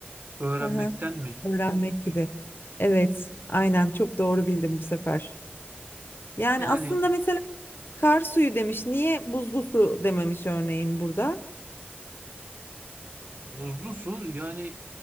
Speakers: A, on the right; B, on the left.
A: öğrenmekten
B: Hı hı.
A: mi?
B: Öğrenmek
A: Eee,
B: gibi. Evet, aynen çok doğru bildim bu sefer. Yani
A: yani
B: aslında mesela kar suyu demiş. Niye buzlu su dememiş örneğin burada?
A: buzlu su yani